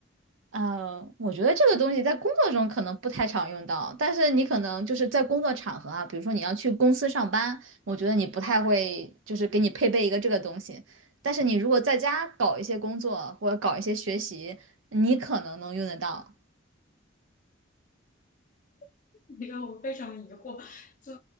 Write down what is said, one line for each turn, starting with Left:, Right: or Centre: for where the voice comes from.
Right: 呃，我觉得这个东西在工作中可能不太常用到，但是你可能就是在工作场合啊，比如说你要去公司上班，我觉得你不太会就是给你配备一个这个东西。但是你如果在家搞一些工作或者搞一些学习，你可能能用得到。
Left: <laughs> 你让我非常疑惑，就